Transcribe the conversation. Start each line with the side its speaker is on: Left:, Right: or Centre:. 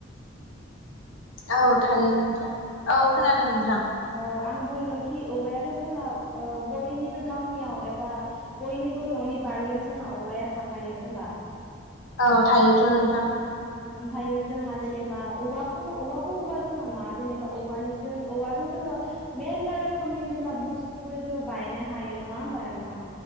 Left: औ थायो नोंथां औ खोनादों नोंथां
Centre: औ आं बुंदोंखि औवायाथ' जोंना ओ बयनिबो गामियाव एबा बयनिबो न'नि बारियाव जोंहा औवाया थाखायो होम्बा
Left: औ थायो नोंथां
Centre: ओमफ्रायो जोंहा जेनेबा बा औवाखौ औवा‌ बुंङोबा जोंहा मा जेनेबा औवानिजों औवाजों जोङो मेरला रोखोमनि जेनेबा बुस्थुफोर जोङो बानायनो हायो नङा होम्बा नोंथां